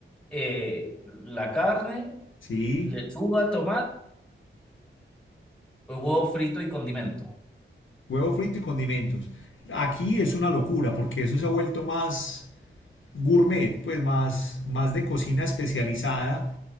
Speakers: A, in the centre; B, on the left.
A: eh, la carne,
B: ¿sí?
A: lechuga, tomate, huevo frito y condimento.
B: Huevo frito y condimentos. Aquí es una locura porque eso se ha vuelto más gourmet, pues más, más de cocina especializada